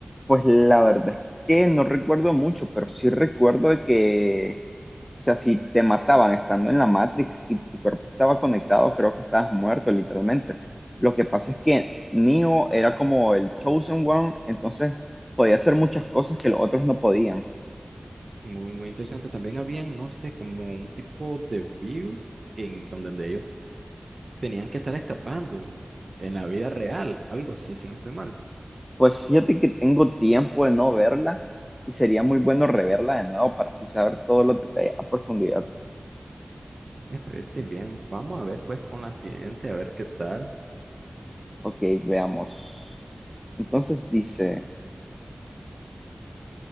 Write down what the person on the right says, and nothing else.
Muy, muy interesante. También habían, no sé, como un tipo de virus que en donde ellos tenían que estar escapando en la vida real, algo así, si no estoy mal.
Me parece bien. Vamos a ver pues con la siguiente, a ver qué tal.